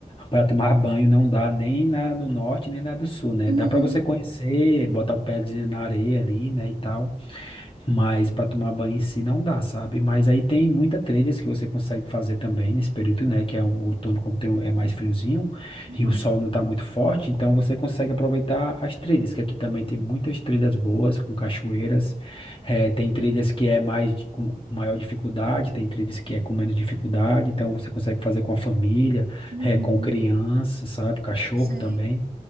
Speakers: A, on the left; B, on the right.
A: para tomar banho não dá nem na, no norte nem na do sul, né?
B: Uhum,
A: Dá para você conhecer, botar o pezinho na areia ali, né? E tal. Mas para tomar banho em si não dá, sabe? Mas aí tem muita trilhas que você consegue fazer também nesse período, né? Que é o outono, como tem, o- é mais friozinho
B: uhum,
A: e o sol não tá muito forte, então você consegue aproveitar as trilhas, que aqui também tem muitas trilhas boas, com cachoeiras. eh, tem trilhas que é mais de- com maior dificuldade, tem trilhas que é com menos dificuldade, então você consegue fazer com a família,
B: uhum.
A: eh, com criança, sabe? Cachorro
B: sei.
A: também.